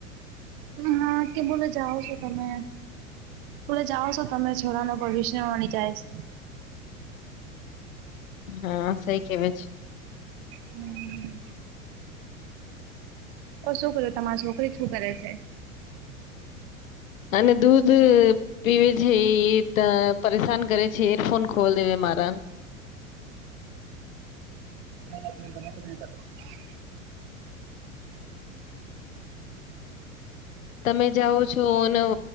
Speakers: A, on the right; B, on the left.
A: હા કે બોલે જાઓ છો તમે. બોલે જાઓ છો તમે છોરાનું ભવિષ્ય વણી જાય છે.
B: હા સઈ કેવે છે.
A: હમ્મ. ઓર શું કરો તમારી છોકરી શું કરે છે.
B: અને દૂધ પીવે છે એ ત પરેશાન કરે છે એયરફોન ખોલ દેવે મહારા.
A: <inaudible>
B: તમે જાઓ છો ને